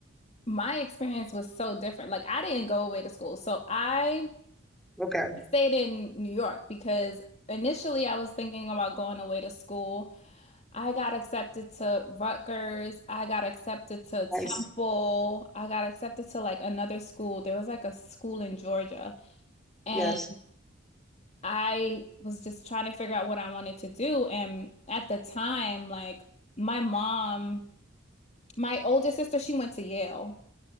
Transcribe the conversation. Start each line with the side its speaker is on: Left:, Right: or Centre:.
Left: My experience was so different. Like, I didn't go away to school, so I
Centre: okay
Left: stayed in New York because initially I was thinking about going away to school. I got accepted to Rutgers. I got accepted to Temple.
Centre: nice
Left: I got accepted to like another school. There was like a school in Georgia. And
Centre: yes
Left: I was just trying to figure out what I wanted to do. And at the time, like my mom, my older sister, she went to Yale.